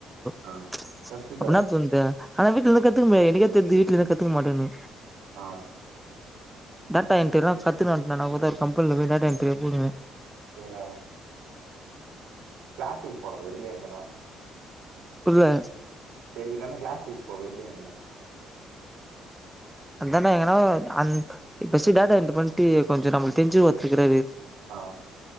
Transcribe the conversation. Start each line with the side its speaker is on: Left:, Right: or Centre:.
Centre: அப்பனு <unintelligible>
Right: ஆ கத்துக்கா
Centre: அப்டினா <unintelligible> ஆனா வீட்லந்து கத்துக்க முயாது எனக்கே தெரிது வீட்லந்து கத்துக்க மாட்டேனு
Right: ஆ
Centre: டேட்டா என்ட்ரிலா கத்துணுவன்ட்டு நா ஒரு ஒரு கம்பெனில போய் டேட்டா என்ட்ரியா போடுவ
Right: சேர்றா கிளாஸுக்கு போடா வெள்ல எங்கனா
Centre: புல்ல
Right: சரி இல்லனா கிளாஸுக்கு போ வெள்ல எங்கனா
Centre: அதான்டா எங்கனா அன் பஸ்ட் டேட்டா என்ட்ரி பண்ட்டு கொஞ்சோ நம்மளுக் தெரிஞ்ச ஒத்தருக்காரு
Right: ஆ